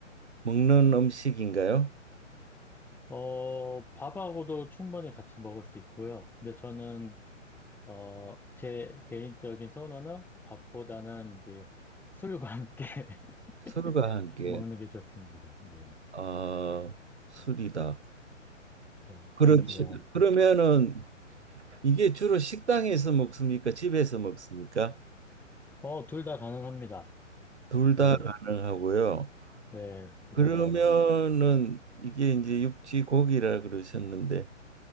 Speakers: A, on the right (about 60°); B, in the centre.
A: 먹는 음식인가요?
B: 어, 밥하고도 충분히 같이 먹을 수 있고요. 근데 저는 어, 제 개인적인 선호는 밥보다는 이제 술과 함께 <laughs>
A: 술과 함께.
B: 먹는 게 좋습니다. 네.
A: 아, 술이다.
B: 네. 반주와.
A: 그렇죠. 그러면은 이게 주로 식당에서 먹습니까? 집에서 먹습니까?
B: 어, 둘 다 가능합니다.
A: 둘
B: 네.
A: 다 가능하고요.
B: 네. 둘
A: 그러면은
B: 다 가능합니다.
A: 이게 이제 육지 고기라 그러셨는데